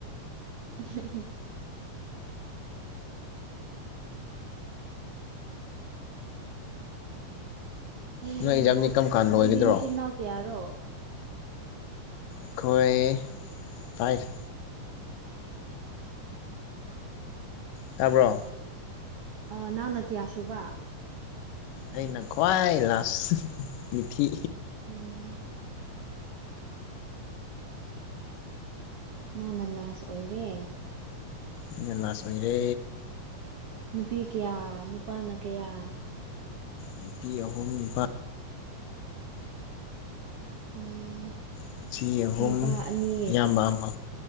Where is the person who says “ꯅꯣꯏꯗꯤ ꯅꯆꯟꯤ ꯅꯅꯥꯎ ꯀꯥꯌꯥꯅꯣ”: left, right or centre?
Right